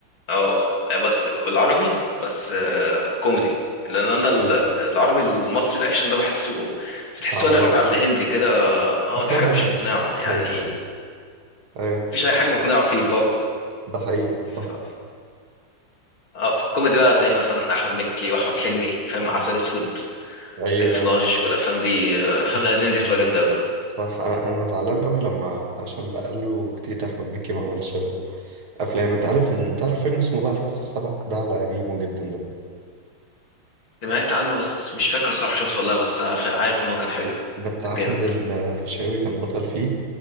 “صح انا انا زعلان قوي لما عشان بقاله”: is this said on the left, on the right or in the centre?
Right